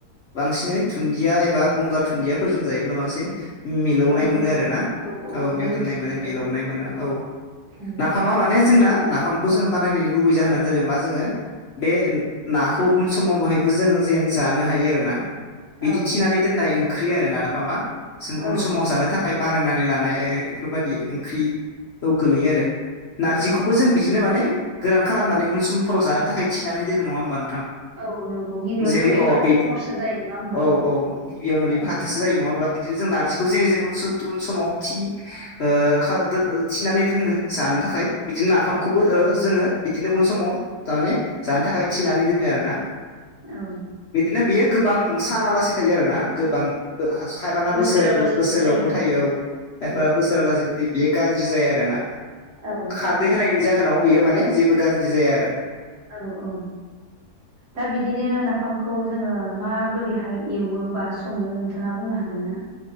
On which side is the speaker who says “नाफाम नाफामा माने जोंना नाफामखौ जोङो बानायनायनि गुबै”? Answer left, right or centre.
Left